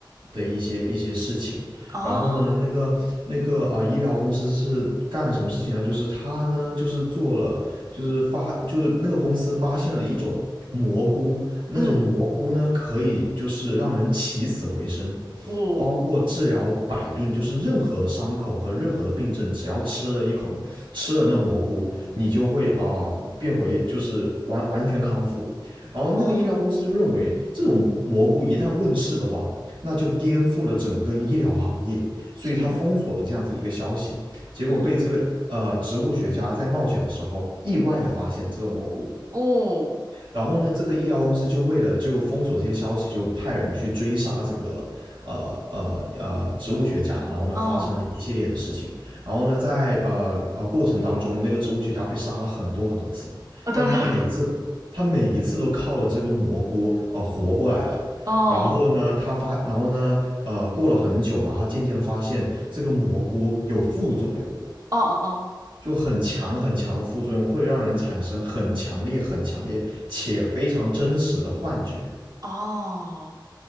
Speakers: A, on the right; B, on the right.
A: 的一些一些事情。
B: 哦，
A: 然后呢，那个那个呃医疗公司是干了什么事情呢？就是他呢就是做了就是发就是那个公司发现了一种蘑菇，那种蘑菇呢，
B: 嗯，
A: 可以就是让人起死回生，
B: 哦，
A: 包括治疗百病，就是任何的伤口和任何的病症，只要吃了一口，吃了那个蘑菇，你就会啊、变回就是完完全康复。然后那个医疗公司就认为，
B: 哦，
A: 这种蘑菇一旦问世的话，那就颠覆了整个医疗行业，所以他封锁了这样子一个消息，
B: 是，
A: 结果被这个呃植物学家在冒险的时候意外的发现了这个蘑菇，
B: 嗯，哦，
A: 然后呢，这个医疗公司就为了就封锁这些消息，就派人去追杀这个呃呃呃植物学家，然后呢发生了一系列的事情，
B: 哦，
A: 然后呢在呃呃过程当中，那个植物学家被杀了很多很多次，
B: 啊，
A: 但他每次
B: 当然了，
A: 他每一次都靠着这个蘑菇呃活过来了。
B: <laughs> 哦，
A: 然后呢，他发，然后呢，呃，过了很久，然后他渐渐的发现这个蘑菇有副作用，
B: 哦哦
A: 就很强很强的副作用，会让人产生很强烈、很强烈且非常真实的幻觉，
B: 哦，哦，